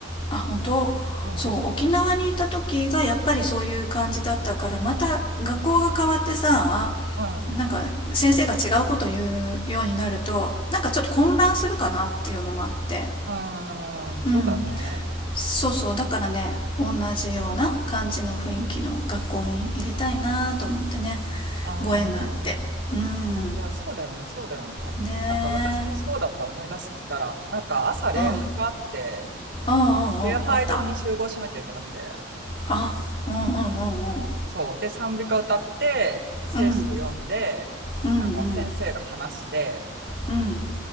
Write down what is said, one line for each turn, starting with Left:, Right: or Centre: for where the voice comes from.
Left: あ本当そう沖縄にいた時がやっぱりそういう感じだったからまた学校が変わってさ
Right: うん、うん、う
Left: なんか先生が違うこと言うようになるとなんかちょっと混乱するかなっていうのもあって
Right: ーん、そうだね。
Left: うんそうそうだからね同じような感じの雰囲気の学校に入れたいなと思ってね
Right: ああ、
Left: ご縁があってうん
Right: いや、そうだよね、そうだよね。
Left: ね
Right: なんか私もそうだった、
Left: え
Right: 思い出したら、なんか朝礼拝があって、
Left: うんうんうんうんあった
Right: 礼拝堂に集合しなきゃいけなくて、
Left: あうんうんうんうん
Right: そう。で、賛美歌歌って、聖書読んで、
Left: うんうんうん
Right: なんか先生が話して、
Left: うん